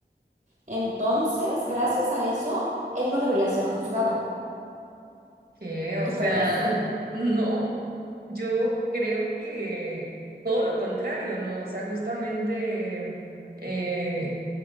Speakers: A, on the right; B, on the right.
A: Entonces, gracias a eso, él no debería ser juzgado.
B: ¿Qué? O
A: ¿Tú
B: sea,
A: crees?
B: <laughs> no, yo creo que todo lo contrario, ¿no? O sea, justamente eh,